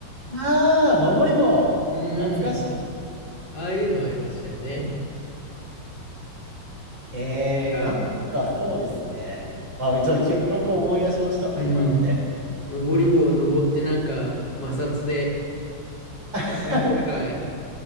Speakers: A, on the right; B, on the left.
A: ああ、登り棒。
B: うーん。
A: 懐かしい。
B: ああいうのありましたよね。
A: えー、
B: が、
A: なんかそうですね。あ、ちょっと記憶思い出しましたわ、
B: うん。
A: 今ので。
B: 登り棒を登ってなんか、摩擦で
A: <laughs>
B: 体のどっかへ、